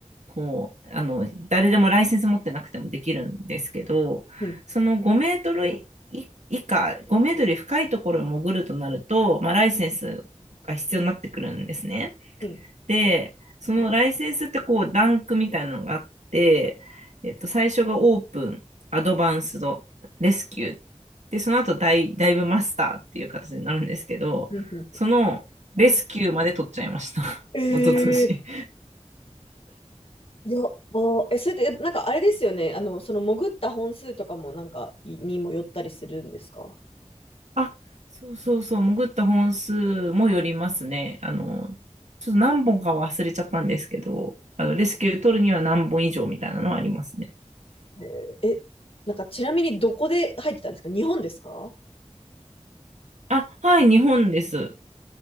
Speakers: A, on the right (about 80°); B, on the left (about 55°).
A: こう、あの、誰でもライセンス持ってなくてもできるんですけど、
B: うん、
A: その5メートルい以下、5メートル深いところを潜るとなると、まあ、ライセンスが必要になってくるんですね。
B: うん、うん、
A: で、そのライセンスってこう、ランクみたいなのがあって、えっと、最初がオープン、アドバンスド、レスキュー。で、その後ダイ、ダイブマスターっていう形になるんですけど、
B: うんうんうんうんうん
A: そのレスキューまで取っちゃいました。
B: ええー
A: <laughs> 一昨年。
B: い <laughs> や、あ、え、それって、なんかあれですよね。あの、その潜った本数とかもなんかいにもよったりするんですか
A: あ、そうそうそう、潜った本数もよりますね。あの、ちょっと何本か忘れちゃったんですけど、あの、レスキュー取るには何本以上みたいなのはありますね。
B: えーえ、なんかちなみにどこで入ってたんですか日本ですか
A: あ、はい、日本です。